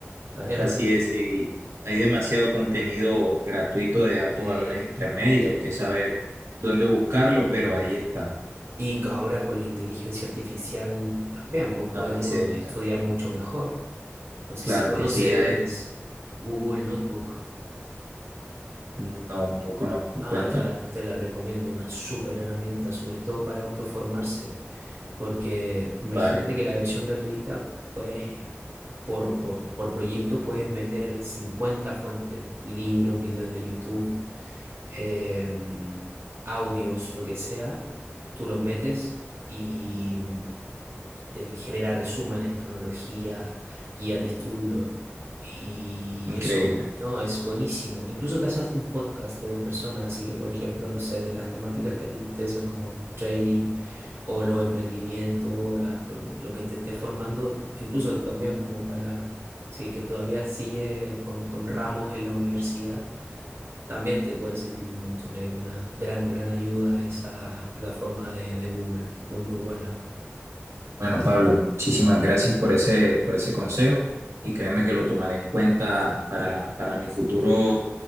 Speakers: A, on the right; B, on the right.
A: Además,
B: así es. Y hay demasiado contenido gratuito de alto
A: eh,
B: valor en Internet y hay que saber dónde buscarlo, pero ahí está.
A: y que ahora con la inteligencia artificial también, pues puede
B: Nada, ni
A: uno
B: se diga.
A: estudiar mucho mejor. No sé
B: Claro
A: si conoces
B: que sí, a él,
A: Google Notebook.
B: no, no lo conozco.
A: Ah,
B: Cuéntame.
A: te la, te la recomiendo, una súper herramienta, sobre todo para autoformarse, porque imagínate
B: Vale,
A: que la versión gratuita, pues por, por, por proyecto puedes meter 50 fuentes, libros, videos de YouTube, eh, audios, lo que sea, tú los metes y te genera resúmenes, cronología, guías de estudio y
B: increíble.
A: eso, no, es buenísimo. Incluso te haces un podcast de dos personas, así que, por ejemplo, no sé, de las temáticas que a ti te interesan como trading o los emprendimientos, o la- o lo que te esté formando, incluso también como para, sí, que todavía sigue con, con ramos en la universidad. También te puede servir un montón, es una gran, gran ayuda esa plataforma de, de Google, muy, muy buena.
B: Bueno, Pablo, muchísimas gracias por ese, por ese consejo y créeme que lo tomaré en cuenta para, para mi futuro